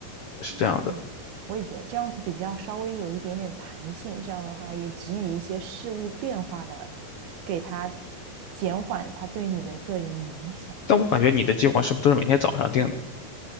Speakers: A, on the left; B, on the right.
A: 是这样的。
B: 嗯，我也觉得这样子比较稍微有一点点弹性，这样的话也给予一些事物变化的，给它减缓它对你的个人影响。
A: 但我感觉你的计划是不是都是每天早上定的？